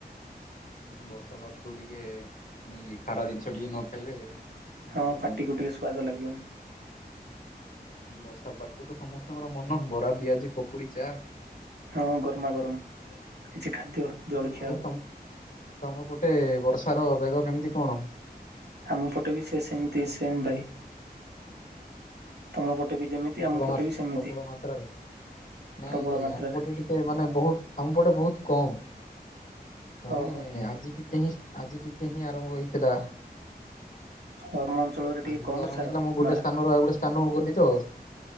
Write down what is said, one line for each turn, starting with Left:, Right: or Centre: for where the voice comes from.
Left: ବର୍ଷା ପାଗକୁ ଟିକେ ନେଇକି ଖାରା ଜିନିଷ ଟିକେ ନ ଖାଇଲେ ଶାନ୍ତି
Right: ହଁ
Left: ଲାଗିବନି
Right: ପାଟିକୁ ଟିକେ ସୁଆଦ ଲାଗିବନି।
Left: ବର୍ଷା ପାଗକୁ ତ ସମସ୍ତଙ୍କର ମନ ବରା, ପିଆଜି, ପକୁଡି, ଚାଆ।
Right: ହଁ ଗରମା ଗରମ। କିଛି ଖାଦ୍ୟ ଜଳଖିଆ
Left: ଆଉ
Right: ହବ।
Left: ତମ ତମପଟେ ବର୍ଷାର ବେଗ କେମିତି କଣ?
Right: ଆମ ପଟେ ବି ସେ ସେମିତି ସେମ୍ ଭାଇ। ତମ ପଟେ ବି ଯେମିତି
Left: ପ୍ରବଳ
Right: ଆମ ପଟେ
Left: ମାତ୍
Right: ବି ସେମିତି।
Left: ପ୍ରବଳ ମାତ୍ରାରେ। ନାଇଁ
Right: ପ୍ରବଳ
Left: ଭାଇ
Right: ମାତ୍ରାରେ
Left: ଆମ ପଟେ ଟିକେ ମାନେ ବହୁତ। ଆମପଟେ ବହୁତ କମ୍ ମାନେ
Right: ଓହୋ
Left: ଆଜି ବି ପିନିସ୍। ଆଜି ଟିକେ ହିଁ ଆରମ୍ଭ ହୋଇଥିଲା।
Right: ଆମ ଅଞ୍ଚଳରେ
Left: ଆଜି
Right: କମ୍
Left: ଟିକେ ଆରମ୍ଭ
Right: ସାର
Left: ହେଇଥିଲା ମୁଁ ଗୋଟେ
Right: ମାତ୍ରା
Left: ସ୍ଥାନ ରୁ ଆଉ ଗୋଟେ ସ୍ଥାନକୁ ଗଲି ତ ହଁ